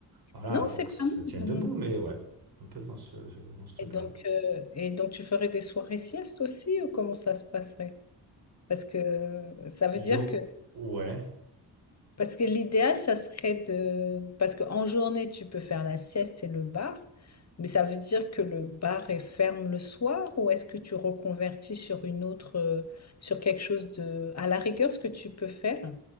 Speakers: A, on the right; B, on the left.
A: voilà,
B: Non,
A: il faut
B: c'est
A: que ça
B: pas
A: tienne debout,
B: mal.
A: mais ouais, un peu dans ce, ce- dans ce truc-là.
B: Et donc, euh, et donc, tu ferais des soirées siestes aussi ou comment ça se passerait? Parce que euh, ça veut
A: Yo,
B: dire que,
A: ouais,
B: parce que l'idéal, ça serait de, parce qu'en journée, tu peux faire la sieste et le bar, mais ça veut dire que le bar est ferme le soir ou est-ce que tu reconvertis sur une autre, euh, sur quelque chose de, à la rigueur, ce que tu peux faire.